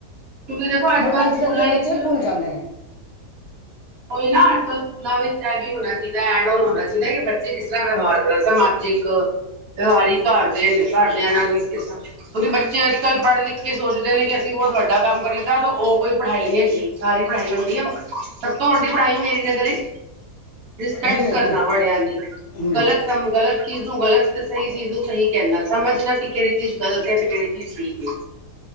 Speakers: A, on the right (about 60°); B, on the left (about 60°).
A: ਕਿਉਂਕਿ ਦੇਖੋ
B: ਬਟ ਅੱਜ
A: ਸਕੂਲਾਂ
B: ਕੱਲ੍ਹ ਦੇ
A: ਵਿੱਚ
B: ਬੱਚੇ ਭੁੱਲ ਜਾਂਦੇ ਨੇ।
A: ਉਹੀ ਨਾ ਅੱਜ ਕੱਲ੍ਹ ਸਕੂਲਾਂ ਵਿੱਚ ਇਹ ਵੀ ਹੋਣਾ ਚਾਹੀਦਾ ਐਡ ਹੋਣਾ ਚਾਹੀਦਾ ਕਿ ਬੱਚੇ ਕਿਸ ਤਰ੍ਹਾਂ ਵਿਵਹਾਰ ਕਰਨ ਸਮਾਜਿਕ ਵਿਵਹਾਰ ਹੀ ਘਰਦੇ ਨੇ ਘਰਦਿਆਂ ਨਾਂ ਨੇਰ ਕਿਉਂਕਿ ਬੱਚੇ ਅੱਜ ਕੱਲ ਪੜ੍ਹ ਲਿਖ ਕੇ ਸੋਚਦੇ ਨੇ ਕਿ ਅਸੀਂ ਬਹੁਤ ਵੱਡਾ ਕੰਮ ਕਰ ਲਿਤਾ ਉਹ ਕੋਈ ਪੜ੍ਹਾਈ ਨਹੀਂ ਹੁੰਦੀ ਸਾਰੀ ਪੜ੍ਹਾਈ ਨਾਲ ਹੁੰਦੀ ਆ। ਤੁਹਾਡੀ ਪੜ੍ਹਾਈ ਮੇਰੀ ਨਜ਼ਰ 'ਚ ਰਿਸਪੈਕਟ
B: ਬਿਹੇਵੀਅਰ
A: ਕਰਨਾ ਬੜਿਆਂ ਦੀ
B: ਹਮ
A: ਗ਼ਲਤ ਕੰਮ ਗਲਤ ਚੀਜ਼ ਨੂੰ ਗਲਤ ਸਹੀ ਚੀਜ਼ ਨੂੰ ਸਹੀ ਕਹਿੰਦਾ ਸਮਝਣਾ ਕਿ ਕਿਹੜੀ ਚੀਜ਼ ਗਲਤ ਹੈ ਤੇ ਕਿਹੜੀ ਚੀਜ਼ ਸਹੀ ਹੈ।